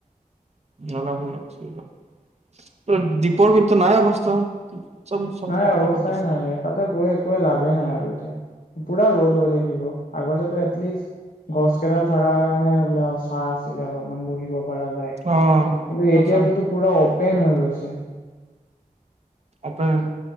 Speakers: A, on the right; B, on the left.
A: অলপ অল দ্বীপৰ ভ নাই অৱস্থা? চব চব
B: নাই
A: নষ্ট
B: অৱস্থাই
A: কৰি দিছে
B: নাই তাতে গৈ একে লাভেই নাই আৰু এতিয়া পুৰা ৰ'দ হৈ থাকিব আগতে এটলিষ্ট গছ কেইডাল থকাৰ কাৰণে বোলে চাহ আছিলে অলপমান বহিব কিন্তু
A: অ
B: এতিয়াতো
A: আচ্ছা
B: পুৰা অ পেন হৈ গৈছে।
A: আপোন